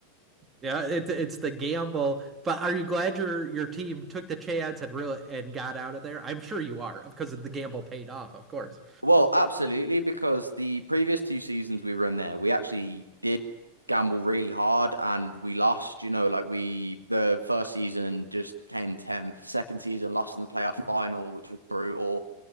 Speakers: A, on the right; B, on the right.
A: Yeah, it's it's the gamble. But are you glad your your team took the chance and really and got out of there? I'm sure you are, because the gamble paid off, of course.
B: Well, absolutely, because the previous two seasons we were in there, we actually did gamble really hard and we lost, you know, like we the first season just came 10th, second season lost in the playoff final, which was brutal.